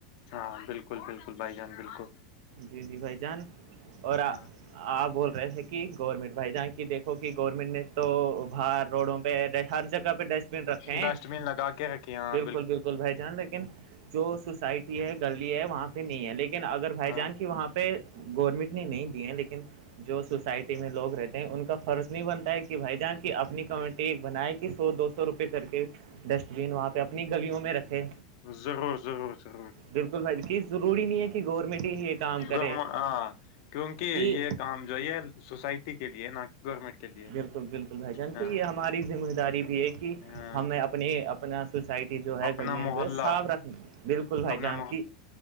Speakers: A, on the left (about 60°); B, on the right (about 65°).
A: ہاں بالکل بالکل بھائی جان بالکل
B: جی جی بھائی جان اور آپ
A: ہاں
B: بول رہے تھے کہ گورنمنٹ بھائی جاناں کی دیکھو کہ گورنمنٹ نے تو باہر روڈوں پہ ہر جگہ پہ ڈسٹ بن رکھے ہیں
A: ڈسٹ بین لگا کے رکھیے ہاں
B: بالکل بالکل بھائی جان لیکن جو سوسائٹی ہے گلی ہے وہاں پہ نہیں ہے لیکن اگر بھائی
A: ہاں
B: جان کے وہاں پہ گورنمنٹ نے نہیں دیے ہیں لیکن جو سوسائٹی میں لوگ رہتے ان کا فرض نہیں بنتا ہے کہ بھائی جان کی اپنی کمیٹی ایک بنائے گ سو دو سو روپئے کر کے ڈسٹ بین وہاں پہ اپنی گلیوں میں رکھے
A: ضرور ضرور ضرور
B: بالکل بھائی کہ ضروری نہیں ہے کہ گورنمنٹ ہی یہ کام کرے
A: گ ہاں کیونکہ
B: کہ
A: یہ کام جو یہ سوسائٹی کے لیے نہ کہ گورنمنٹ کے لیے
B: بالکل بالکل بھائی جانک
A: ہاں
B: یہ ہماری ذمہ داری بھی ہے کہ
A: ہاں
B: ہمیں اپنی اپنا سوسائٹی جو ہے
A: اپنا
B: گلیاں
A: محلہ
B: جو ہے صاف رکھنی بالکل بھائی
A: اپنا
B: جان کی